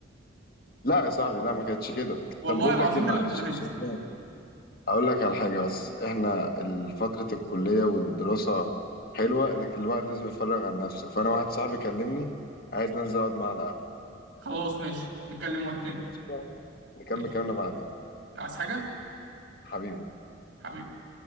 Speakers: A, on the left; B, on the right.
A: لا يا صاحبي لا ما كانتش كده
B: والله
A: طب بقول
B: العظيم
A: لك إيه معلش
B: ده اللي كنت بحسه
A: عشان اقول لك على حاجه بس احنا فتره الكليه والدراسه حلوه لكن الواحد لازم يتفرغ عن نفسه فانا واحد صاحبي كلمني عايز ننزل اقعد معاه على القهوه
B: خلاص ماشي نتكلم وقت تاني
A: قشطة؟ نكمل
B: ماشي
A: كلامنا بعدين
B: عايز حاجة؟
A: حبيبي
B: حبيبي